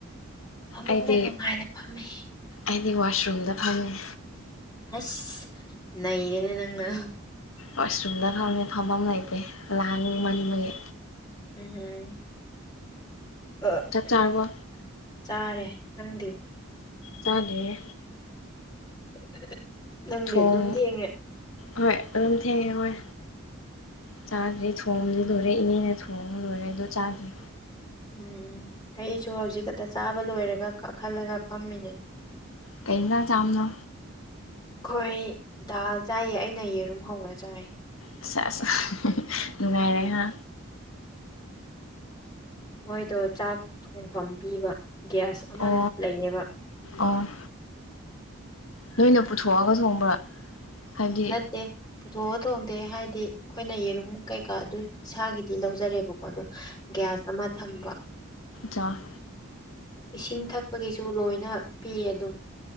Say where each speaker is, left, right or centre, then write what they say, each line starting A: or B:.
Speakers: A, on the left; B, on the left.
A: ꯐꯃꯨꯡꯗ
B: ꯑꯩꯗꯤ
A: ꯅꯨꯡꯉꯥꯏꯅ ꯐꯝꯃꯤ
B: ꯑꯩꯗꯤ ꯋꯥꯁꯔꯨꯝꯗ ꯐꯝꯃꯤ
A: ꯍꯩꯁ ꯅꯩꯔꯦꯅꯦ ꯅꯪꯅ
B: ꯋꯥꯁꯔꯨꯝꯗ ꯐꯝꯃꯦ ꯐꯝꯕꯝ ꯂꯩꯇꯦ ꯂꯥꯡꯅꯤꯡꯃꯟꯕꯒꯤ
A: ꯎꯝꯍꯨꯝ <inaudible>
B: ꯆꯥꯛ ꯆꯥꯔꯕꯣ
A: ꯆꯥꯔꯦ ꯅꯪꯗꯤ
B: ꯆꯥꯗ꯭ꯔꯤꯌꯦ
A: <inaudible> ꯅꯪꯗꯤ
B: ꯊꯣꯡ
A: ꯑꯗꯨꯝ ꯊꯦꯡꯉꯦ
B: ꯍꯣꯏ ꯑꯗꯨꯝ ꯊꯦꯡꯉꯦ ꯍꯣꯏ ꯆꯥꯗ꯭ꯔꯤ ꯊꯣꯡꯕꯗꯤ ꯂꯣꯏꯔꯦ ꯏꯅꯦꯅ ꯊꯣꯡ ꯂꯣꯏꯔꯦ ꯑꯗꯨ ꯆꯥꯗ꯭ꯔꯤ
A: ꯎꯝ ꯑꯩꯁꯨ ꯍꯧꯖꯤꯛ ꯈꯛꯇ ꯆꯥꯕ ꯂꯣꯏꯔꯒ ꯀꯥꯈꯠꯂꯒ ꯐꯝꯃꯤꯅꯤ
B: ꯀꯩ ꯢꯟꯖꯥꯡ ꯆꯥꯝꯅꯣ
A: ꯈꯣꯏ ꯗꯥꯜ ꯆꯥꯏꯌꯦ ꯑꯩꯅ ꯌꯦꯔꯨꯝ ꯍꯧꯔ ꯆꯥꯏ
B: ꯁꯦꯁ ꯅꯨꯡꯉꯥꯏꯔꯦ ꯍꯥ
A: ꯃꯣꯏꯗꯣ ꯆꯥꯛ ꯊꯣꯡꯐꯝ ꯄꯤꯕ ꯒ꯭ꯌꯥꯁ ꯑꯃ
B: ꯑꯣ
A: ꯂꯩꯌꯦꯕ
B: ꯑꯣꯥ ꯅꯣꯏꯅ ꯄꯨꯊꯣꯛꯑꯒ ꯊꯣꯡꯕ꯭ꯔꯥ ꯍꯥꯏꯕꯗꯤ
A: ꯅꯠ ꯇꯦ ꯄꯨꯊꯣꯛꯑ ꯊꯣꯡꯗꯦ ꯍꯥꯏꯗꯤ ꯈꯣꯏꯅ ꯌꯦꯔꯨꯝ ꯀꯩꯀꯥ ꯑꯗꯨ ꯏꯁꯥꯒꯤꯗꯤ ꯂꯧꯖꯔꯦꯕꯀꯣ ꯑꯗꯣ ꯒ꯭ꯌꯥꯁ ꯑꯃ ꯊꯝꯕ
B: ꯖꯥ
A: ꯏꯁꯤꯡ ꯊꯛꯄꯒꯤꯁꯨ ꯂꯣꯏꯅ ꯄꯤꯌꯦ ꯑꯗꯨꯝ